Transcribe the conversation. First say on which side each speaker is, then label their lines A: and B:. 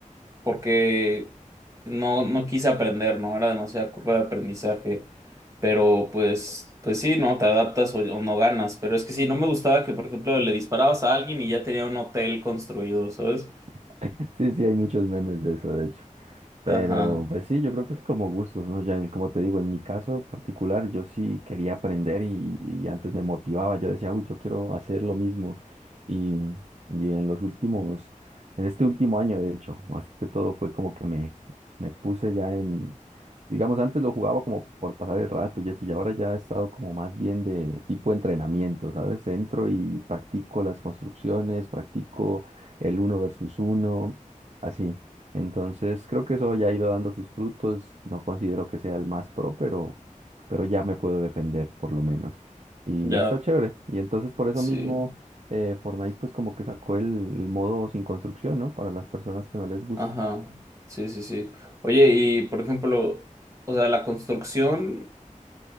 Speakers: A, on the right; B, on the right.
A: porque no, no quise aprender, ¿no? Era demasiada curva de aprendizaje, pero pues, pues sí, ¿no? Te adaptas o, o no ganas, pero es que sí, no me gustaba que, por ejemplo, le disparabas a alguien y ya tenía un hotel construido, ¿sabes?
B: <laughs> Sí, sí, hay muchos memes de eso, de hecho. Pero
A: Ajá,
B: pues sí, yo creo que es como gustos, ¿no? Ya en- como te digo, en mi caso particular, yo sí quería aprender y, y antes me motivaba, yo decía, uy, yo quiero hacer lo mismo. Y, y en los últimos, en este último año, de hecho, más que todo fue como que me, me puse ya en, digamos, antes lo jugaba como por pasar el rato y eso, y ahora ya he estado como más bien de tipo entrenamiento, ¿sabes? Entro y practico las construcciones, practico el uno versus uno, así. Entonces, creo que eso ya ha ido dando sus frutos. No considero que sea el más pro, pero, pero ya me puedo defender por lo menos. Y
A: ya,
B: ya está chévere. Y entonces por eso
A: sí,
B: mismo eh, Fortnite pues como que sacó el, el modo sin construcción, ¿no? Para las personas que no les gusta.
A: ajá, sí, sí, sí. Oye, y por ejemplo, o sea, la construcción,